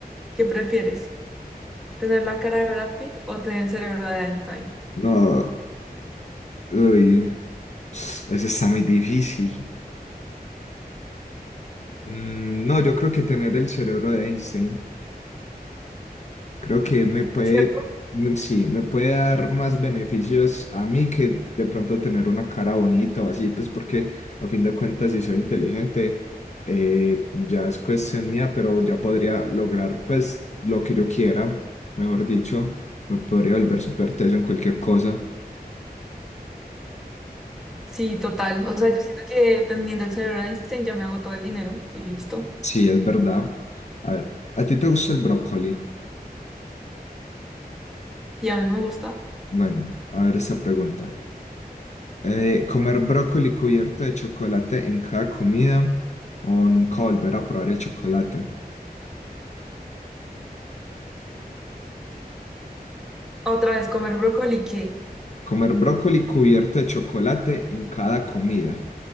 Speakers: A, in the centre; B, on the left (about 45°).
A: ¿Qué prefieres? ¿Tener la cara de Brad Pitt o tener el cerebro de Einstein?
B: No, uy, eso está muy difícil. Mm, no, yo creo que tener el cerebro de Einstein, creo que me puede,
A: ¿Cierto?
B: mm, sí, me puede dar más beneficios a mí que de pronto tener una cara bonita o así, pues porque a fin de cuentas si soy inteligente, eh, ya es cuestión mía, pero ya podría lograr pues lo que yo quiera, mejor dicho, me podría volver súper teso en cualquier cosa.
A: Sí, total. O sea, yo siento que teniendo el cerebro de Einstein ya me hago todo el dinero y listo.
B: Sí, es verdad. A ver, ¿a ti te gusta el brócoli?
A: Sí, a mí me gusta.
B: Bueno, a ver esa pregunta. Eh, ¿comer brócoli cubierto de chocolate en cada comida o nunca volver a probar el chocolate?
A: Otra vez, comer brócoli, ¿qué?
B: ¿Comer brócoli cubierto de chocolate en cada comida